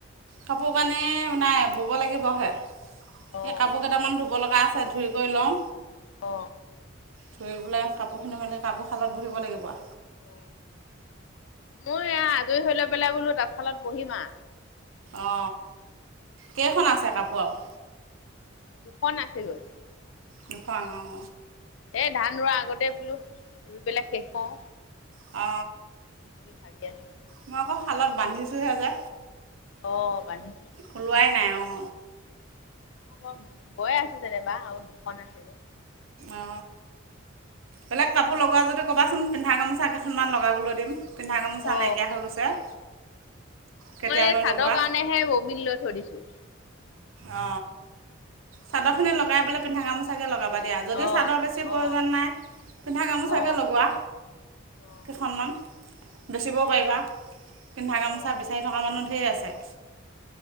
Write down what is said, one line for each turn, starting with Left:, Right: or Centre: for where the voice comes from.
Right: কাপোৰ কানি নাই বব লাগিবহে এই
Left: অ'
Right: কাপোৰ কেইটামান ধুব লগা আছ- চা ধুৰিকৈ লওঁ।
Left: অ
Right: ধুই পেলাই কাপোৰখিনি মেলি কাপোৰ শালত বহিব লাগিব আ।
Left: অ মই এয়া আজৰি হৈ ল পেলাই বোলো তাঁতশালত বহিম আ।
Right: অ কেইখন আছে কাপোৰ আও।
Left: দুখন আছে গৈ।
Right: দুখন অহ
Left: এই ধান ৰোৱাৰ আগতে বোলো ৰুই পেলাই শেষ কওঁ।
Right: অ
Left: বুলি ভাবি আছো।
Right: মই আকৌ শালত বান্ধিছোঁহে যে।
Left: অ বান্ধিছে
Right: ওলোৱাই নাই অ
Left: অ বয় আছো যেনিবা আৰু দুখন আছে গৈ।
Right: অ বেলেগ কাপোৰ লগোৱা যদি ক'বাচোন পিন্ধা গামোচা কেইখনমান লগাবলৈ দিম। পিন্ধা গামোচা
Left: অ
Right: নাইকিয়া হৈ গৈছে। কেতিয়ালৈ
Left: মই চাদৰ
Right: লগোৱা
Left: কাৰণেহে ববিন লৈ থৈ দিছো।
Right: অ চাদৰখিনি লগাই বোলে পিন্ধা গামোচাকৈ লগাবা দিয়া যদি
Left: অ
Right: চাদৰ বেছি প্ৰয়োজন
Left: অ
Right: নাই পিন্ধা গামোচাকৈ
Left: অ
Right: লগোৱা।
Left: অ
Right: কেইখনমান বেচিবও পাৰিবা। পিন্ধা গামোচা
Left: অ
Right: বিচাৰি থকা মানুহ ঢেৰ আছ- চে